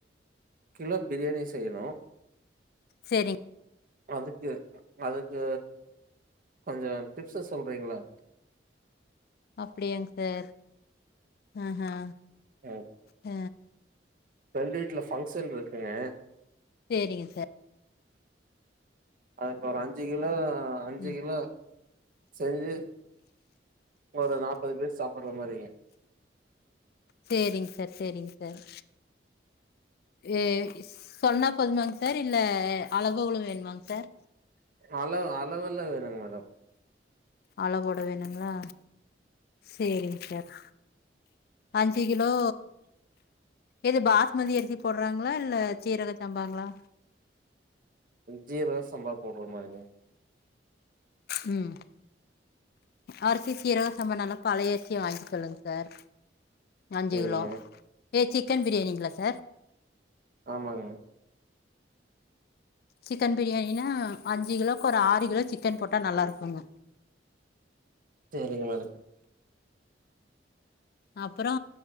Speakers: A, on the right; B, on the left.
A: கிலோ பிரியாணி செய்யணு
B: செரி
A: அதுக்கு அதுக்கு கொஞ்சோ டிப்சு சொல்றீங்ளா
B: அப்டியாங்க சார் ஆஹா
A: என்
B: அ
A: ஃப்ரெண்டு வீட்ல ஃபங்க்ஷன் இருக்குங்க
B: சேரிங்க சார்
A: அதுக்கு ஒரு அஞ்சு கிலோ அஞ்சு
B: ம்
A: கிலோ செஞ்சு ஒரு நாப்பது பேரு சாப்புற்ற மாரிங்கே
B: சேரிங்க சார் செரிங்க சார் இது சொன்னா போதுமாங் சார் இல்ல அளவுகளு வேணுமாங் சார்
A: அளவு அளவு எல்ல வேனுங்க மேடம்
B: அளவோட வேணுங்ளா சேரிங்க சார் அஞ்சு கிலோ எது பாஸ்மதி அரிசி போட்றாங்ளா இல்ல சீரக சம்பாங்ளா
A: ஜீரக சம்பா போட்ற மாரிங்க
B: ம் அரிசி சீரக சம்ப நல்லா பழைய அரிசியா வாங்கிக சொல்லுங்க சார் அஞ்சு
A: சேரிங்க
B: கிலோ ஏ சிக்கன் பிரியாணிங்களா சார்
A: ஆமாங்க
B: சிக்கன் பிரியாணினா அஞ்சு கிலோவுக்கு ஒரு ஆறு கிலோ சிக்கன் போட்டா நல்லாஇருக்குங்க
A: செரிங்க மேடம்
B: அப்பறோ